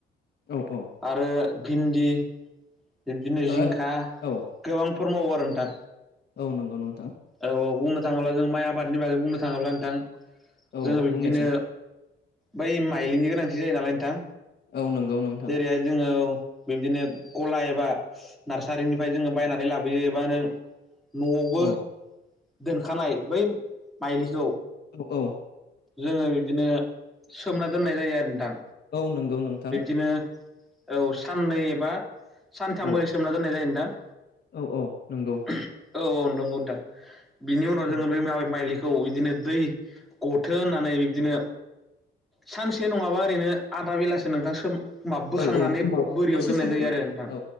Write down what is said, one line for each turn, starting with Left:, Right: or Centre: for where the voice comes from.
Left: औ औ
Centre: आरो भिन्दि बिब्दिनो जिंखा
Left: ओ औ
Centre: गोबांफोर मावो आरो नोंथां
Left: औ नंगौ नोंथां
Centre: औ औ बुंनो थाङोब्ला जों माइ आबादनि बागै बुंनो थाङोब्ला नोंथां
Left: औ
Centre: जोङो बिब्दिनो
Left: बुंनायसै
Centre: बै माइलिनि गोनांथि जायो नालाय नोंथां
Left: औ नंगौ नोंथां
Centre: जेरैहाय जोङो बिदिनो गला एबा नार्सारिनिफ्राय जोङो बायनानै लाबोयो एबा नों न'आवबो
Left: औ
Centre: दोनखानाय बै माइलिखौ
Left: औ औ
Centre: जोङो बिदिनो सोमना दोननाय जायो आरो नोंथां
Left: औ नंगौ नोंथां
Centre: बिब्दिनो औ साननै एबा सानथाम
Left: औ
Centre: ओरै सोमना दोननाय जायो नोंथां
Left: औ औ नंगौ
Centre: औ नंगौ नोंथां बिनि उनाव
Left: औ
Centre: जोङो बे मा माइलिखौ बिदिनो दै गथो होननानै बिब्दिनो सानसे नङाबा ओरैनो आधा बेलासो नोंथां माब बोखांनानै
Left: औ औ
Centre: बोरियाव
Left: दसे
Centre: दोननाय
Left: समनि
Centre: जायो
Left: थाखाय
Centre: आरो नोंथां
Left: औ